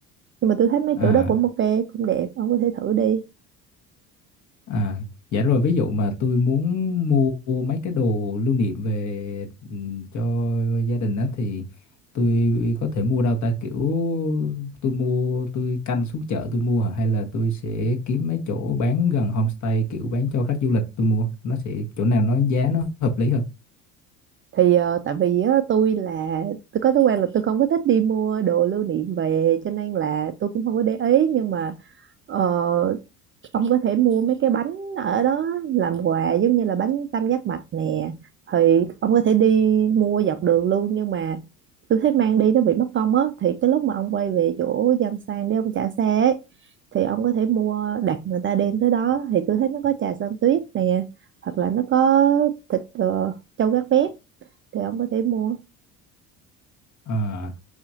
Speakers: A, on the right; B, on the left.
A: nhưng mà tôi thấy mấy
B: à
A: chỗ đó cũng ok cũng đẹp ông có thể thử đi
B: À, dạ rồi ví dụ mà tôi muốn mua mấy cái đồ lưu niệm về ừ, cho gia đình á thì tôi có thể mua đâu ta kiểu tôi mua tôi canh xuống chợ tôi mua hả? hay là tôi sẽ kiếm mấy chỗ bán gần homestay kiểu bán cho khách du lịch tôi mua nó sẽ chỗ nào nó giá nó hợp lý hơn.
A: thì ờ, tại vì á, tôi là tôi có thói quen là tôi không có thích đi mua đồ lưu niệm về cho nên là tôi cũng không có để ý nhưng mà ờ, ông có thể mua mấy cái bánh ở đó làm quà giống như là bánh tam giác mạch nè thì ông có thể đi mua dọc đường luôn nhưng mà tôi thấy mang đi nó bị mất công á thì cái lúc mà ông quay về chỗ Giang Sang để ông trả xe ấy, thì ông có thể mua đặt người ta đem tới đó thì tôi thấy nó có trà xanh tuyết nè hoặc là nó có thịt ờ, trâu gác bếp thì ông có thể mua
B: À